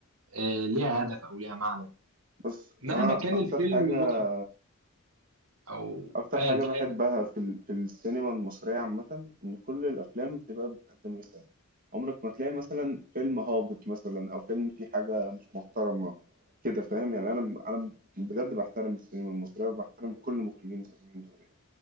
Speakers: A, on the right; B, on the right.
A: آه، ليها هدف او ليها معنى
B: بص
A: مهما
B: أنا
A: كان
B: أكتر
A: الفيلم
B: حاجة
A: مضحك او
B: أكتر
A: ايا
B: حاجة
A: كان
B: بحبها في ال... في السينما المصرية عامة إن كل الأفلام بتبقى بتقدم رسالة عمرك ما تلاقي مثلا فيلم هابط مثلا أو فيلم فيه حاجة مش محترمة كده فاهم يعني أنا أنا بجد بحترم السينما المصرية وبحترم كل مخرجين السينما المصرية